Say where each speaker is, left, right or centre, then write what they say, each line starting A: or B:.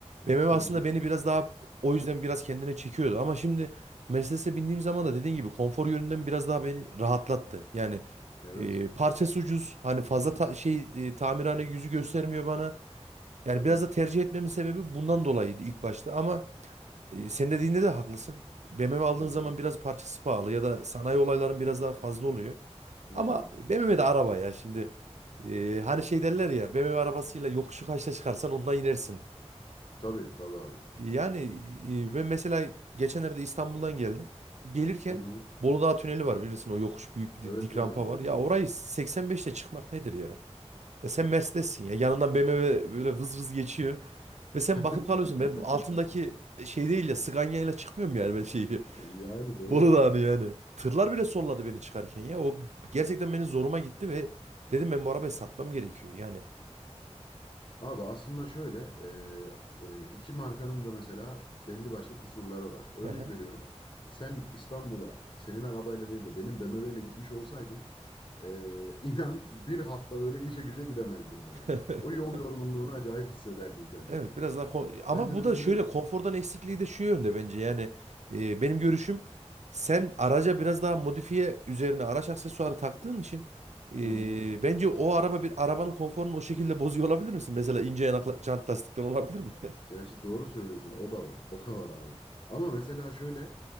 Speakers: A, on the right; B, on the left.
A: BMW
B: Hı
A: aslında
B: hı.
A: beni biraz daha o yüzden biraz kendine çekiyordu. Ama şimdi Mercedes'e bindiğim zaman da dediğin gibi konfor yönünden biraz daha beni rahatlattı. Yani
B: Evet,
A: e, parçası ucuz hani fazla ta- şey e, tamirhane yüzü göstermiyor bana. Yani
B: tabii.
A: biraz da tercih etmemin sebebi bundan dolayıydı ilk başta ama e, sen dediğinde de haklısın. BMW aldığın
B: Hı hı.
A: zaman biraz parçası pahalı ya da sanayi olayların biraz daha fazla oluyor.
B: Hı
A: Ama
B: hı.
A: BMW de araba ya şimdi. E, hani şey derler ya BMW arabasıyla yokuşu kaçta çıkarsan ondan inersin.
B: Tabii, tabii abi.
A: Yani e, ben mesela geçenlerde İstanbul'dan geldim. Gelirken
B: Hı hı.
A: Bolu Dağı tüneli var bilirsin o yokuş büyük bir
B: Evet
A: dik
B: bilirim,
A: rampa
B: bilirim
A: var. Ya
B: abi.
A: orayı 85'te çıkmak nedir ya? Ya sen Mercedes'sin ya yanından BMW böyle vız vız geçiyor. Ve sen bakıp
B: <laughs>
A: kalıyorsun ben bu altındaki şey değil ya Scania ile çıkmıyorum yani ben şeyi. <laughs>
B: Yani doğru,
A: Bolu Dağı'nı
B: doğru.
A: yani. Tırlar bile solladı beni çıkarken ya. O gerçekten beni zoruma gitti ve dedim ben bu arabayı satmam gerekiyor. Yani
B: Abi aslında şöyle e, e, iki markanın da mesela belli başlı kusurları var. Örnek
A: Hı hı.
B: veriyorum. Sen İstanbul'a senin arabayla değil de benim BMW ile gitmiş olsaydın e, <laughs> inan bir hafta böyle işe güce gidemezdin abi.
A: <laughs>
B: O yol yorgunluğunu acayip hissederdin kendinde.
A: evet biraz daha kon- ama
B: Mercedes'in
A: bu da şöyle
B: de
A: konfordan eksikliği de şu yönde bence. Yani e, benim görüşüm sen araca biraz daha modifiye üzerine araç aksesuarı taktığın için e,
B: hı hı,
A: bence o araba bir arabanın konforunu o şekilde bozuyor olabilir misin? Mesela ince yanakla jant lastikten olabilir mi? <laughs>
B: gerçi doğru söylüyorsun o da var. O da var abi. Ama mesela şöyle